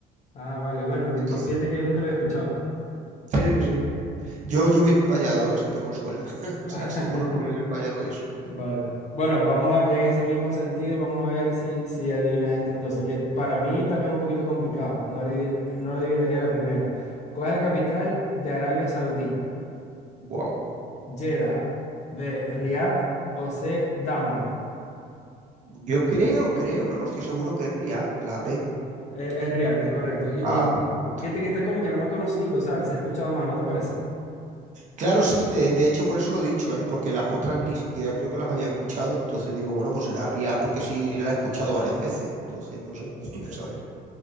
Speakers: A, on the left; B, on the right.
A: Ah, vale, bueno, mi,
B: Entonces,
A: mi- fíjate que nunca lo había escuchado.
B: sí, sí, sí. Yo, yo hubiese fallado, ¿eh? Si te consuela. <laughs> O sea,
A: <laughs>
B: seguro que hubiese fallado eso.
A: Vale. Bueno, vamos a, en ese mismo sentido, vamos a ver si, si adivinas esta entonces, que para mí también es un poquito complicado, no la adivin- no la adivinaría la primera. ¿Cuál es la capital de Arabia Saudí?
B: Wow.
A: Jeddah, B, Riad o C, Daman.
B: Yo creo, creo, pero no estoy seguro que es Riad, la B.
A: Eh, es Riad, es correcto. Y- y
B: Ah, perfecto.
A: fíjate que esta es como que la más conocida, o sea, se ha escuchado más, ¿no te parece?
B: Claro, sí, de, de hecho por eso lo he dicho, ¿eh? Porque las otras ni siquiera creo que las había escuchado. Entonces digo, bueno, pues será RIA porque sí la he escuchado varias veces. Entonces no sé,
A: Eh,
B: <laughs>
A: Es
B: ¿sabes?
A: así,